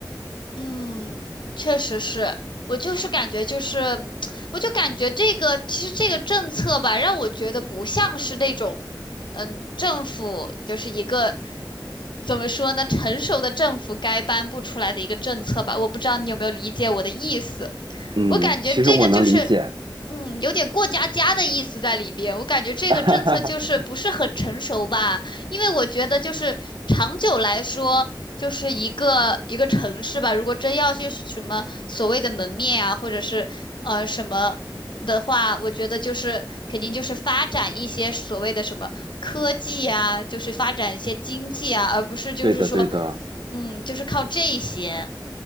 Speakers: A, on the left (about 75°); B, on the right (about 75°).
A: 嗯，确实是，我就是感觉就是，我就感觉这个其实这个政策吧，让我觉得不像是那种，嗯，政府就是一个怎么说呢，成熟的政府该颁布出来的一个政策吧，我不知道你有没有理解我的意思。
B: 嗯，
A: 我感觉这个就是，
B: 其实我能理解。
A: 嗯，有点过家家的意思在里边。我感觉这个政策就是不是很成熟吧，
B: <laughs>
A: 因为我觉得就是长久来说，就是一个一个城市吧，如果真要去什么所谓的门面啊，或者是呃什么的话，我觉得就是肯定就是发展一些所谓的什么科技啊，就是发展一些经济啊，而不是就是说，
B: 对的，对的。
A: 嗯，就是靠这些。